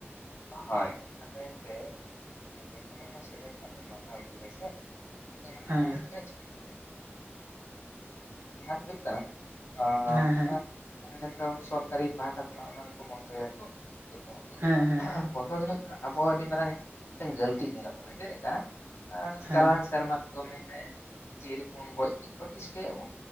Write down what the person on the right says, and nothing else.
ᱦᱮᱸ
ᱦᱮᱸ ᱦᱮᱸ
ᱦᱮᱸ
ᱦᱮᱸ
ᱦᱮᱸ